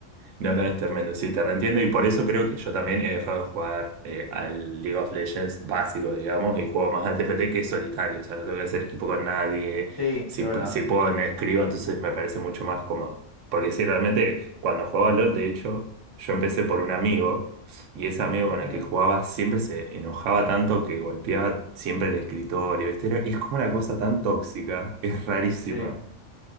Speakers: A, on the right (about 85°); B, on the left (about 25°).
A: No, no, es tremendo, sí, te reentiendo y por eso creo que yo también he dejado de jugar eh, al League of Legends básico, digamos, y juego más al TFT que es solitario, o sea, no tengo que hacer equipo con nadie,
B: Sí,
A: si,
B: es verdad.
A: pu- si puedo me escribo, entonces me parece mucho más cómodo. Porque sí, realmente cuando jugaba LOL, de hecho, yo empecé por un amigo y ese amigo con el
B: Mm,
A: que jugaba siempre se enojaba tanto que golpeaba siempre el escritorio, ¿viste? Era- es como una cosa tan tóxica, es rarísima.
B: sí.